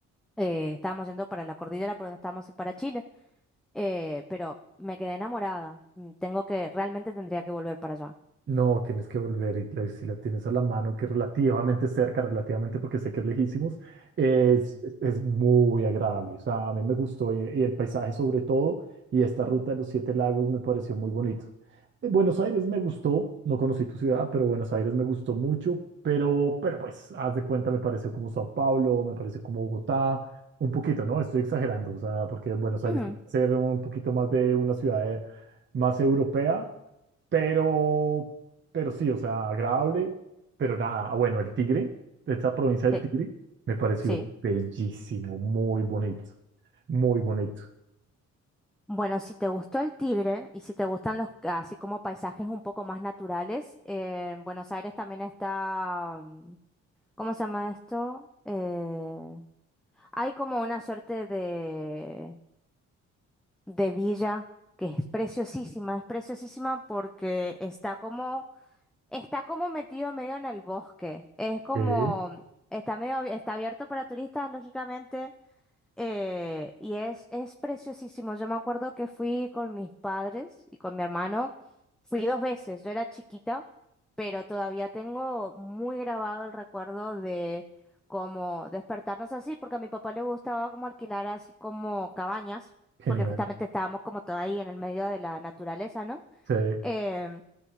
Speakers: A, in the centre; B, on the right (about 40°).
A: eh, estábamos yendo para la cordillera, porque estábamos ir para Chile, eh, pero me quedé enamorada. Mm, Tengo que, realmente tendría que volver para allá.
B: No, tienes que volver y la- si la tienes a la mano, que relativamente cerca, relativamente porque sé que es lejísimos, es, es, es muy agradable. O sea, a mí me gustó y, y el paisaje sobre todo y esta ruta de los Siete Lagos me pareció muy bonito. Eh, Buenos Aires me gustó, no conocí tu ciudad, pero Buenos Aires me gustó mucho, pero, pero pues, haz de cuenta, me pareció como Sao Paulo, me pareció como Bogotá, un poquito, ¿no? Estoy exagerando, o sea, porque Buenos Aires
A: Ujú,
B: va a ser un poquito más de una ciudad eh, más europea. Pero, pero sí, o sea, agradable, pero nada. Ah, Bueno, el Tigre, esta provincia del
A: Sí,
B: Tigre, me pareció
A: sí.
B: bellísimo, muy bonito, muy bonito.
A: Bueno, si te gustó el Tigre y si te gustan los así como paisajes un poco más naturales, eh, en Buenos Aires también está, mm, ¿cómo se llama esto? Eh, hay como una suerte de, de villa que es preciosísima, es preciosísima porque está como, está como metido medio en el bosque. Es como,
B: Sí,
A: está medio, abi- está abierto para turistas, lógicamente eh, y es, es preciosísimo. Yo me acuerdo que fui con mis padres y con mi hermano. Fui dos veces. Yo era chiquita, pero todavía tengo muy grabado el recuerdo de cómo despertarnos así, porque a mi papá le gustaba como alquilar así como cabañas,
B: Genial.
A: porque justamente estábamos como todo ahí en el medio de la naturaleza, ¿no?
B: Sí.
A: Em,